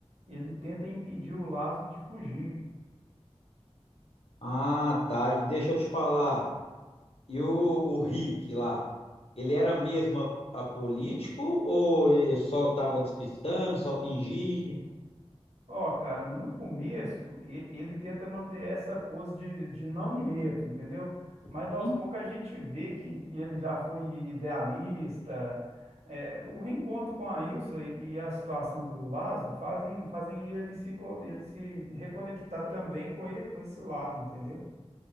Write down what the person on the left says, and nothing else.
Ah, tá, e deixa eu te falar, e o, o Rick lá, ele era mesmo a- apolítico ou ele só tava despistando, só fingia?
Hum.